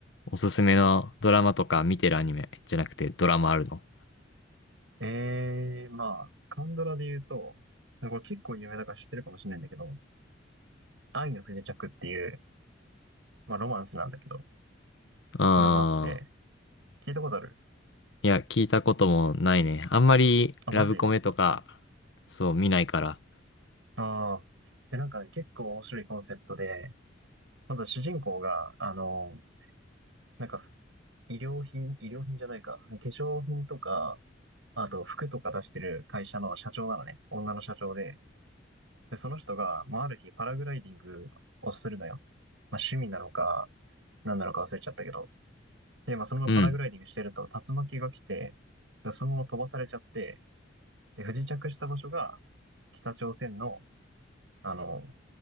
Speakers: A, on the left; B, on the right.
A: おすすめのドラマとか見てるアニメじゃなくてドラマあるの
B: ええまあ、韓ドラで言うと、これ結構有名だから知ってるかもしれないんだけど、愛の不時着っていう、まあロマンスなんだけど、
A: ああ
B: ドラマあって、聞いたことある
A: いや、聞いたこともないね。あんまりラブコメとか、
B: あ、マジ
A: そう、見ないから。
B: ああで、なんかね、結構面白いコンセプトで、まず主人公が、あの、なんか、医療品、医療品じゃないか、化粧品とか、あと服とか出してる会社の社長なのね、女の社長で、で、その人が、まあ、ある日パラグライディングをするのよ。まあ、趣味なのか、何なのか忘れちゃったけど。で、まあ、そのままパラグライディングしてると、
A: うん。
B: 竜巻が来て、で、そのまま飛ばされちゃって、で、不時着した場所が、北朝鮮の、あの、